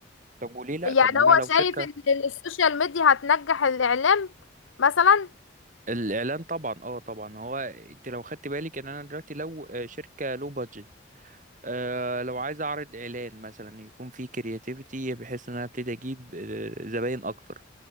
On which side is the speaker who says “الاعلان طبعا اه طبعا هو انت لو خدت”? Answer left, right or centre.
Right